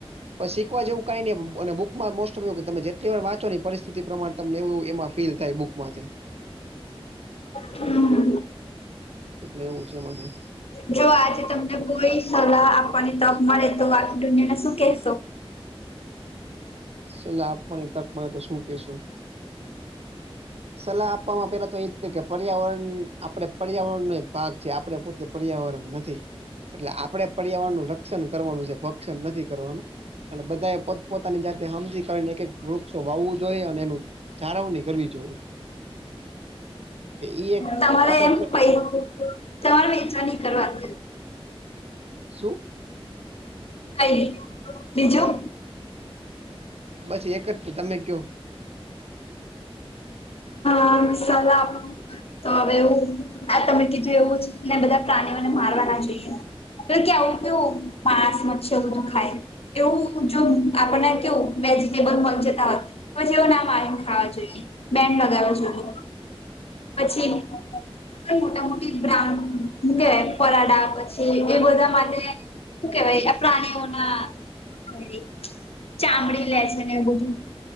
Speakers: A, on the right (about 85°); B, on the left (about 75°).
A: શીખવા જેવું કઈ ન. મોસ્ટ ઓફ તમે જેટલી વાર વાચો ને પરિસ્થિતિ પ્રમાણે, તમને એવું એમાં ફીલ થાય બુકમાંથી.
B: હમ.
A: એટલે એવું છે, માંથી.
B: જો આજે તમને કોઈ સલાહ આપવાની તક મળે, તો આખી દુનિયાને શું કેહેશો?
A: સલા આપવાને, તક મળે તો શું કેશું? સલાહ આપવામાં પેલા તો એજ છે કે, પર્યાવરણ આપણે પર્યાવરણનો એક ભાગ છે, આપણે પોતે. પર્યાવરણ નથી, એટલે આપડે પર્યાવરણ નું રક્ષણ કરવાનું છે, ભક્ષણ નથી કરવાનું. અને બધા એ પોત-પોતાની જાતે હજી કરીને, એક એક વૃક્ષો વાવું જોઈએ, અને એનું ચારાઉન્ડ ની કરવી જો હોઈ. ઈ એક
B: તમારે
A: આપડે
B: એમ પ તમારે વેચવાની કરવાત
A: શું?
B: કઈ બીજું?
A: બસ એક જ તમે કયો?
B: હ, સલા તો હવેવું આ તમે કીધું એવું જ ને, બધા પ્રાણીઓને મારવા ના જોઈએ. એટલે કે, આવું કેવું માંસ મ છેવધું ખાય. એવું જો આપણને કેવું, વેજીિટેબલ મળે જતા હોય. પછવો ના મારીમ ખાવા જોઈએ, બેન લગાવવા જો.
A: <unintelligible>
B: પછી? પણ મોટા-મોટી બ્રાઉન કે, પરાડા પછી એ બધા માટે શું કેવાય પ્રાણીઓના? ખ ચામડી લે છે ને, એવું બધું.